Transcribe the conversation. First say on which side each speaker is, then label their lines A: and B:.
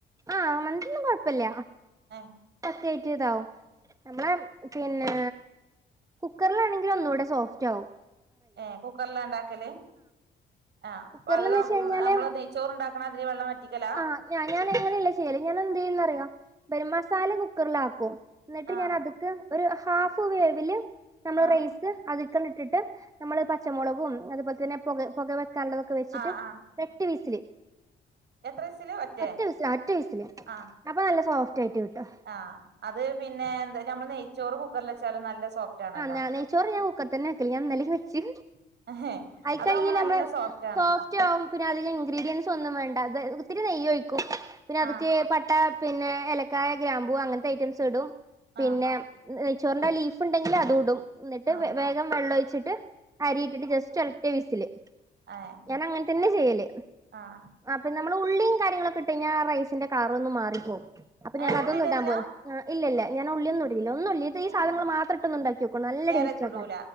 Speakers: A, on the right; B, on the right.
A: ആഹ് മന്തിയൊന്നും കൊഴപ്പല്ല
B: ആഹ്
A: <unintelligible> നമ്മളെ പിന്നെ കുക്കറിലാണെങ്കില് ഒന്നൂടെ സോഫ്റ്റാവും
B: ഏഹ് കുക്കർല്ലാണ്ടാക്കല് ആഹ്
A: കുക്കറിൽന്ന്
B: വെള്ളം
A: വെച്ച് കഴിഞ്ഞാല്
B: നമ്മള് നെയ്ച്ചോറ് ഉണ്ടാക്ക്ണാതിരി വെള്ളം വറ്റിക്കലാ
A: ആഹ് ഞാൻ ഞാനങ്ങനെയല്ല ചെയ്യല് ഞാനെന്തെയ്യുന്നറിയോ <unintelligible> മസാല കുക്കറിലാക്കും ന്നിട്ട്
B: ആഹ്
A: ഞാനതിക്ക് ഒരു ഹാഫ് വേവില് നമ്മൾ
B: ആഹ്
A: റൈസ് അത്ക്കണ്ടിട്ടിട്ട് നമ്മള് പച്ചമുളകും അതുപോൽതന്നെ പൊ പുക വെക്കാാനുള്ളതൊക്കെ വെച്ചിട്ട്
B: ആഹ് ആഹ്
A: എട്ട് വീസില്
B: എത്ര വിസില് ഒറ്റേ
A: ഒറ്റ വസീല അട ഒറ്റ വീസില്
B: ആഹ്
A: അപ്പൊ നല്ല സോഫ്റ്റ് ആയിറ്റ്കിട്ടും
B: ആഹ് അത് പിന്നെ എന്താ നമ്മള് നെയ്ച്ചോറ് കുക്കർല് വെച്ചാലും നല്ല സോഫ്റ്റ് ആണല്ലോ
A: ആഹ് ഞാൻ നെയ്‌ച്ചോറ് ഞാ ഉക്കർത്തന്നെ വെക്കല് ഞാൻ ഇന്നലീ വെച്ചീന്ന്
B: ആഹ്
A: ആയിക്കഴിഞ്ഞ
B: അതാവുമ്പോ
A: നമ്മള
B: നല്ല സോഫ്റ്റ് ആണ്
A: സോ സ്റ്റാവുമ്പോ പിന്നെ അധികം ഇൻഗ്രീഡിയൻസ് ഒന്നും വേണ്ട അത് ഇത്തിരി നെയ്യൊയ്ക്കും പിന്നെ അതൊക്കെ
B: ആഹ്
A: പട്ട പിന്നെ ഏലക്കായ ഗ്രാംമ്പൂ അങ്ങൻത്തെ ഐറ്റംസ് ഇടും പിന്നെ
B: ആഹ്
A: നേയ്ചോറിന്റെ ലീഫ് ണ്ടെങ്കില് അതുടും എന്നിട്ട്
B: ആഹ്
A: വേഗം വെള്ളം ഒഴിച്ചിട്ട് അരിയിട്ടിട്ട് ജസ്റ്റ് ട്ടൊരറ്റവസില്
B: ആഹ്
A: ഞാനങ്ങൻതന്നെ ചെയ്യല്
B: ആഹ്
A: അപ്പൊ നമ്മള് ഉള്ളിയും കാര്യങ്ങളൊക്കെ ഇട്ട കഴിഞ്ഞാ ആ റൈസിന്റെ കളർ ഒന്നും മാറിപ്പോകും അപ്പ ഞാന്
B: ഏഹ് ഉള്ളി
A: അതൊന്നും
B: ഇടലില്ല
A: ഇടാൻ പോ ആ ഇല്ല ഞാൻ ഉള്ളിയൊന്നുംടല്ല ഒന്നും ഇടില്ല ഇത്
B: ഏഹ്
A: സധനങ്ങൾ മാത്രം ഇട്ടൊന്ന് ഉണ്ടാക്കി നോക്കൂ നല്ല
B: ക്യാരറ്റ്
A: ടേസ്റ്റ്
B: ഇടൂല
A: ആക്കാൻ